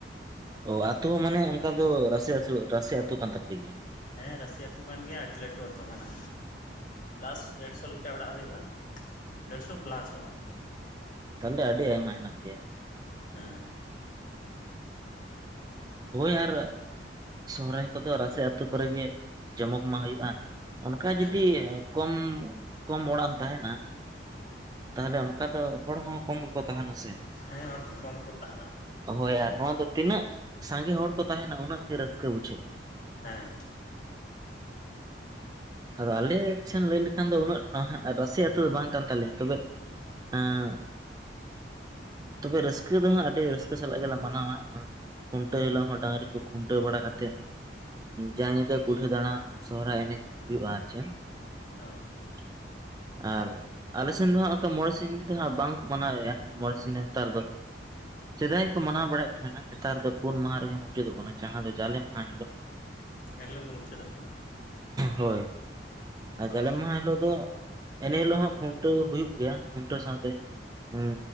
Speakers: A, on the right (about 20°); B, on the left (about 45°).
A: ᱚ ᱟᱹᱛᱳ ᱦᱚᱸ ᱢᱟᱱᱮ ᱚᱱᱠᱟ ᱫᱚ ᱨᱟᱹᱥᱤ ᱟᱥᱤ ᱨᱟᱥᱤ ᱟᱹᱛᱩ ᱠᱟᱱ ᱛᱟᱯᱮ ᱜᱮᱭᱟ
B: ᱦᱮᱸ ᱨᱟᱥᱤ ᱟᱛᱳ ᱠᱟᱱ ᱜᱮᱭᱟ ᱟᱹᱰᱤ ᱞᱟᱹᱴᱩ ᱟᱛᱳ ᱠᱟᱱᱟ ᱯᱞᱟᱥ ᱫᱮᱲᱥᱚ ᱞᱮᱠᱟ ᱚᱲᱟᱜ ᱦᱩᱭᱩᱜᱼᱟ ᱰᱮᱲᱥᱚ ᱯᱞᱟᱥᱚᱜᱼᱟ
A: ᱛᱟᱦᱚᱞᱮ ᱟᱹᱰᱤ ᱟᱭᱢᱟ ᱦᱮᱱᱟᱜ ᱯᱮᱭᱟ
B: ᱦᱮ
A: ᱦᱳᱭ ᱟᱨ ᱥᱚᱦᱨᱟᱭ ᱠᱚᱫᱚ ᱨᱟᱥᱤ ᱟᱹᱛᱩ ᱠᱚᱨᱮ ᱜᱮ ᱡᱚᱢᱚᱠ ᱢᱟ ᱦᱩᱭᱩᱜᱼᱟ ᱚᱱᱠᱟ ᱡᱩᱫᱤ
B: ᱦᱮᱸ
A: ᱠᱚᱢ ᱠᱚᱢ ᱚᱲᱟᱜ ᱮᱢ ᱛᱟᱦᱮᱱᱟ ᱛᱟᱦᱞᱮ ᱚᱱᱠᱟ ᱫᱚ ᱦᱚᱲ ᱦᱚᱸ ᱠᱚᱢ ᱜᱮᱠᱚ ᱛᱟᱦᱮᱱᱟ ᱥᱮ
B: ᱦᱮᱸ ᱦᱚᱲ ᱠᱚ ᱠᱚᱢ ᱠᱚ ᱛᱟᱦᱮᱱᱟ
A: ᱦᱳᱭ ᱟᱨ ᱱᱚᱣᱟ ᱫᱚ ᱛᱤᱱᱟᱹᱜ ᱥᱟᱸᱜᱮ ᱦᱚᱲ ᱠᱚ ᱛᱟᱦᱮᱱᱟ ᱩᱱᱟᱹᱜ ᱜᱮ ᱨᱟᱹᱥᱠᱟᱹ ᱵᱩᱡᱷᱟᱹᱜᱼᱟ
B: ᱦᱮᱸ
A: ᱟᱫᱚ ᱟᱞᱮ ᱥᱮᱱ ᱞᱟᱹᱭ ᱞᱮᱠᱷᱟᱱ ᱫᱚ ᱩᱱᱟᱹᱜ ᱨᱟᱹᱥᱤ‌ ᱟᱹᱛᱩ ᱫᱚ ᱵᱟᱝ ᱠᱟᱱ ᱛᱟᱞᱮᱭᱼᱟ ᱛᱚᱵᱮ ᱮᱸᱻ ᱛᱚᱵᱮ ᱨᱟᱹᱥᱠᱟᱹ ᱫᱚ ᱦᱟᱸᱜ ᱟᱹᱰᱤ ᱨᱟᱹᱥᱠᱟᱹ ᱥᱟᱞᱟᱜ ᱜᱮᱞᱮ ᱢᱟᱱᱟᱣᱟ ᱠᱷᱩᱱᱴᱟᱹᱣ ᱦᱤᱞᱳᱜ ᱦᱚᱸ ᱰᱟᱝᱨᱤ ᱠᱚ ᱠᱷᱩᱱᱴᱟᱹᱣ ᱵᱟᱲᱟ ᱠᱟᱛᱮ ᱡᱟ ᱧᱤᱫᱟᱹ ᱠᱩᱞᱦᱤ ᱫᱟᱬᱟᱱ ᱥᱚᱦᱨᱟᱭ ᱮᱱᱮᱡ ᱦᱩᱭᱩᱜᱼᱟ ᱟᱨ ᱪᱮᱫ
B: ᱚ
A: <inaudible> ᱟᱨ ᱟᱞᱮ ᱥᱮᱱ ᱫᱚ ᱦᱟᱸᱜ ᱚᱱᱠᱟ ᱢᱚᱬᱮ ᱥᱤᱧ ᱫᱚ ᱦᱟᱜ ᱵᱟᱝᱠᱚ ᱢᱟᱱᱟᱣᱮᱫᱼᱟ ᱢᱚᱬᱮ ᱥᱤᱧ ᱱᱮᱛᱟᱨ ᱫᱚ ᱥᱮᱫᱟᱭ ᱠᱚ ᱢᱟᱱᱟᱣ ᱵᱟᱲᱟᱭᱮᱫ ᱛᱟᱦᱮᱱᱟ ᱱᱮᱛᱟᱨ ᱫᱚ ᱯᱩᱱ ᱢᱟᱦᱟ ᱨᱮᱜᱮ ᱢᱩᱪᱟᱹᱫᱚᱜ ᱠᱟᱱᱟ ᱡᱟᱦᱟᱸ ᱫᱚ ᱡᱟᱞᱮ ᱢᱟᱦᱟ ᱦᱤᱞᱳᱜ
B: ᱮᱱ ᱦᱤᱞᱚᱜ ᱜᱮ ᱢᱩᱪᱟᱹᱫᱚᱜ ᱠᱟᱱᱟ
A: ᱦᱳᱭ ᱟᱨ ᱡᱟᱞᱮ
B: ᱚ
A: ᱢᱟᱦᱟ ᱦᱤᱞᱳᱜ ᱫᱚ ᱮᱱᱮ ᱦᱤᱞᱳᱜ ᱦᱚᱸ ᱠᱷᱩᱱᱴᱟᱹᱣ ᱦᱩᱭᱩᱜ ᱜᱮᱭᱟ ᱠᱷᱩᱱᱴᱟᱹᱣ ᱥᱟᱶᱛᱮ ᱦᱩᱸ